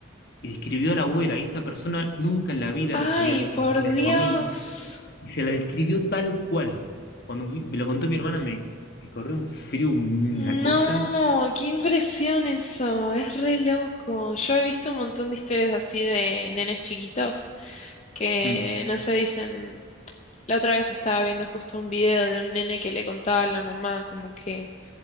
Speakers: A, on the left; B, on the left.
A: y describió a la abuela. Y esta persona nunca en la vida
B: Ay,
A: había visto
B: por
A: a la abuela
B: Dios.
A: de su amiga y se la describió tal cual. Cuando vi- me lo contó mi hermana, me, me corrió un frío, una
B: No,
A: cosa.
B: qué impresión eso. Es re loco. Yo he visto un montón de historias así de nenes chiquitos que
A: Mm,
B: no se dicen. La otra vez estaba viendo justo un video de un nene que le contaba a la mamá como que